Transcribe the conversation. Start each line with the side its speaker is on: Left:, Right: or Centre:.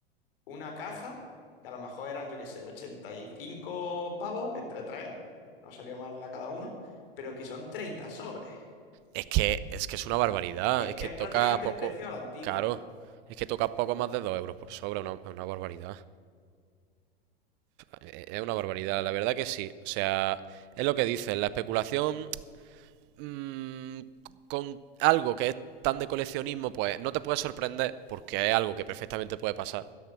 Left: Una caja, que a lo mejor eran, yo qué sé, 85 pavos entre tres, no salió mal la cada uno, pero que son 30 sobres.
Right: Es que, es que es una barbaridad,
Left: Es
Right: es
Left: que
Right: que
Left: es
Right: toca
Left: prácticamente
Right: poco.
Left: el precio a la antigua.
Right: Claro, es que toca poco más de 2 euros por sobre, Es una, una barbaridad. Eh, Es una barbaridad, la verdad que sí. O sea, es lo que dicen, la especulación mm, con algo que es tan de coleccionismo, pues no te puede sorprender porque es algo que perfectamente puede pasar.